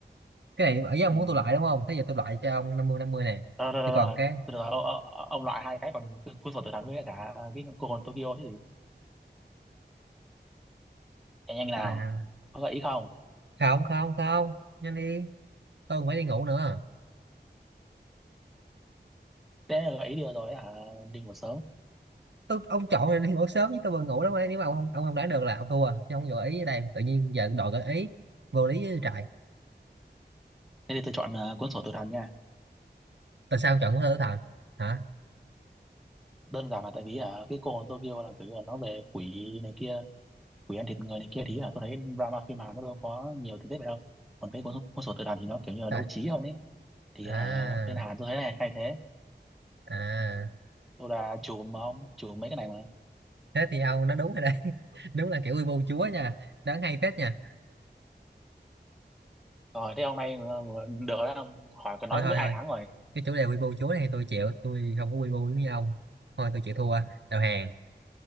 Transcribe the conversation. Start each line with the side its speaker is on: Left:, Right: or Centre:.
Right: cái này ở với ông
Centre: ừ.
Right: muốn tôi loại đúng không thế giờ tôi loại cho ông năm mươi năm mươi này
Centre: Ờ, rồi, rồi,
Right: thì còn
Centre: rồi. rồi.
Right: cái
Centre: Từ từ, ô- ô- ô- ông loại hai cái còn cu- cuốn sổ tự thắng với cả cái cô hồn Tokyo chứ gì nhanh nhanh nào
Right: là
Centre: có gợi ý không
Right: không không không nhanh đi tôi còn phải đi ngủ nữa
Centre: thế là gợi ý được rồi hả đi ngủ sớm
Right: tôi, ông chọn này đi ngủ sớm chứ tôi vừa ngủ lắm ấy. nếu mà ông không ông không đoán được là ông thua chứ ông gợi ý ở đây tự nhiên giờ đòi gợi ý vô lý với trời
Centre: thế thì tôi chọn ờ, cuốn sổ tự thắng nha
Right: tại sao ông chọn của thơ tử thần hả
Centre: đơn giản là tại vì hả, cái cô hồn Tokyo là kiểu như là nó về quỷ này kia quỷ ăn thịt người này kia thì là tôi thấy drama phim Hàn nó đâu có nhiều tình tiết vậy đâu còn cái cuốn, sổ- cuốn sổ tự thắng thì nó kiểu như là
Right: trời
Centre: đấu trí hơn ấy thì
Right: à
Centre: hả, bên Hàn tôi thấy là hay thế
Right: à
Centre: tôi là chùm mà ông chùm mấy cái này mà
Right: thế thì ông nó đúng rồi đấy <laughs> đúng là kiểu quy bu chúa
Centre: Ừ.
Right: nha đáng hay phết nha
Centre: rồi thế hôm nay ờ, được rồi đó ông. hỏi còn nói
Right: thôi
Centre: cũng
Right: thôi
Centre: biết ai
Right: thôi
Centre: thắng
Right: cái chủ đề quy bu chúa này thì tôi chịu tôi không có quy bu giống như ông thôi tôi chịu thua đầu hàng